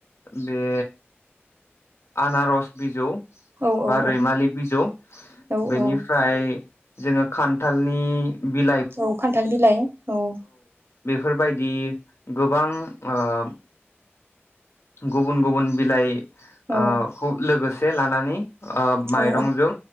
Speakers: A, on the left; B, on the right.
A: बे आनारस बिजौ
B: औ औ
A: बा रैमालि बिजौ
B: औ
A: बेनिफ्राय
B: औ
A: जोङो खान्थालनि बिब
B: औ खान्थाल बिलाय औ।
A: फोरबायदि गोबां ओम। गुबुन गुबुन बिलाइ।
B: औ
A: ओयो खु लोगोस बे लानानै ओयो माइरंजों
B: औ